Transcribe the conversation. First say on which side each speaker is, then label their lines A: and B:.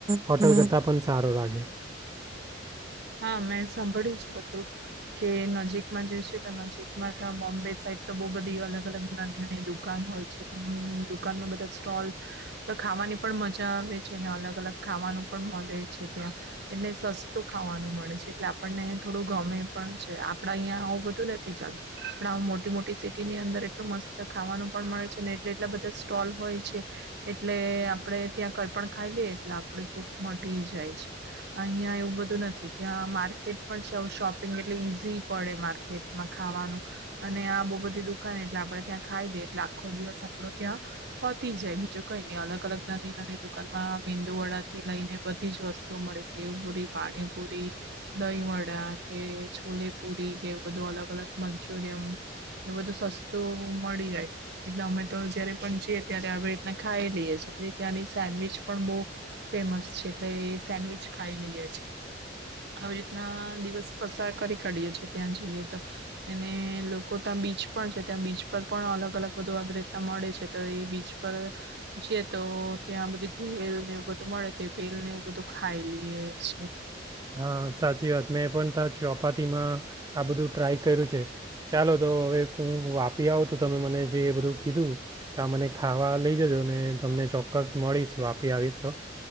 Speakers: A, on the right; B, on the right.
A: હોટલ કરતાં પણ સારો લાગે.
B: હા મેં સાંભળ્યું જ હતું. કે નજીકમાં જઈ છે તો નજીકમાં બોમ્બે સાઈડ તો બહુ બધી અલગ-અલગ નાની નાની દુકાન હોય છે દુકાનમાં બધા સ્ટોલ તો ખાવાની પણ મજા આવે છે અને અલગ-અલગ ખાવાનું પણ મળે છે ત્યાં એને સસ્તું ખાવાનું મળે છે એટલે આપણને થોડું ગમે પણ છે આપડા અહીં આવું બધું નથી ચાલતું પણ આ મોટી મોટી સિટી ની અંદર એટલું મસ્ત ખાવાનું પણ મળે છે ને એટલે એટલા બધા સ્ટોલ હોય છે એટલે આપડે ત્યાં કઈ પણ ખાઈ લઈએ એટલે આપડ ભૂપ મટી જાય છે. અહીંયા એવુ બધું નથી. ત્યાં માર્કેટ પણ છે શોપિંગ એટલે ઈઝી પડે માર્કેટમાં ખાવાનું અને આ બહુ બધી દુકાન એટલે આપડે ત્યાં ખાઈ દઈએ એટલે આખો દિવસ આપરો ત્યાં પતી જાય બીજું કઈની અલગ અલગ નાની દુકાન મા, મેંદુવડાથી લઈને બધી જ વસ્તુ મળે છે સેવપુરી પાણીપુરી, દહીંવડા કે છોલેપુરી કે બધું અલગ-અલગ મંચુરયન ને બઘું સસતું મળી જાય. એટલે અમેતો જયારે પણ જીએ ત્યારે <unintelligible> ખાઈ લીએ છે ત્યાંની સેન્ડવીચ પણ બો ફેમસ છે એટલે એ સેન્ડવીચ ખાઈ લીએ છે. આવી રીતના દિવસ પસાર કરી કાઢીએ છીએ ત્યાં જઈએ તો અને લોકો ત્યાં બીચ પણ છે ત્યાં બીચ પર પણ અલગ અલગ બધું આવી રીતના મળે છે તો એ બીચ પર જઈએ તો ત્યાં બધી ભેલને એવું બધું મળે તો ભેલને એવું બધું ખાય. લીએ છે.
A: હા, સાચી વાત મેં પણ તા ચોપાટીમાં આ બધું ટ્રાય કર્યું છે ચાલો તો હવે હું વાપી આવું તો તમે મને જે એ બધું કીધું તો આ મને ખાવા લઈ જજો ને તમને ચોક્કસ મળીશ વાપી આવીશ તો